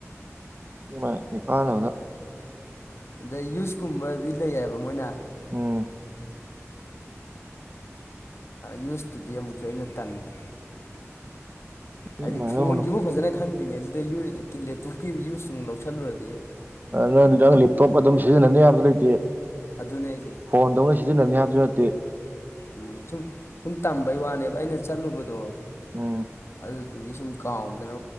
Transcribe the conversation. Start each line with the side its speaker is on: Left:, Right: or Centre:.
Right: ꯏꯃ ꯀꯥꯥꯟꯅꯕꯅꯕꯗ
Left: ꯑꯗ ꯌꯨꯁꯀꯨꯝꯕꯗꯤ ꯂꯩꯌꯦꯕ ꯃꯣꯏꯅ
Right: ꯎꯝ
Left: ꯌꯨꯁꯇꯨꯗꯤ ꯑꯃꯨꯛꯁꯨ ꯑꯩꯅ ꯇꯟꯕ ꯍꯥꯏꯗꯤ
Right: ꯏꯃꯥꯏ
Left: ꯐꯣꯟꯁꯤꯕꯨ
Right: ꯂꯧꯔꯨꯅꯨ
Left: ꯐꯖꯅ ꯈꯪ ꯀꯉꯩꯁꯤꯗ ꯂꯦꯞꯇꯣꯞꯀꯤ ꯌꯨꯁꯇꯨꯛ ꯂꯧꯁꯜꯂꯨꯔꯗꯤ
Right: ꯅꯪꯗꯤ ꯅꯪ ꯂꯦꯞꯇꯣꯞ ꯑꯗꯨꯝ ꯁꯤꯖꯤꯟꯅꯅꯤ ꯌꯥꯝꯁꯨ ꯂꯩꯇꯦ
Left: ꯑꯗꯨꯅꯦ ꯑꯩꯁꯦ
Right: ꯐꯣꯟꯗꯧꯅ ꯁꯤꯖꯤꯟꯅꯅꯤ ꯍꯥꯏꯕꯁꯨ ꯅꯠꯇꯦ
Left: ꯎꯝ ꯁꯨꯝ ꯁꯨꯝ ꯇꯝꯕꯩ ꯋꯥꯅꯦꯕ ꯑꯩꯅ ꯆꯠꯂꯨꯕꯗꯣ
Right: ꯎꯝ
Left: ꯑꯗꯨꯒꯤ ꯁꯨꯝ ꯀꯥꯎꯗꯅ